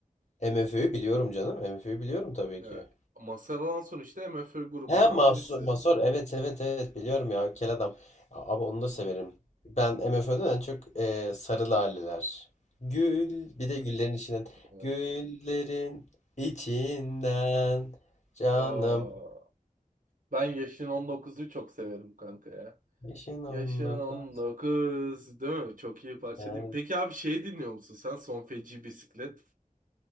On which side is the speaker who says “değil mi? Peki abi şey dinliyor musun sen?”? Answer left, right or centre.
Right